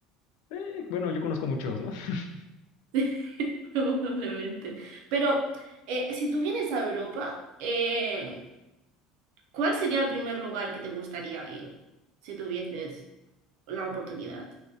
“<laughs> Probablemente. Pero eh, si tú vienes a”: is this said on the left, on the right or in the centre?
Right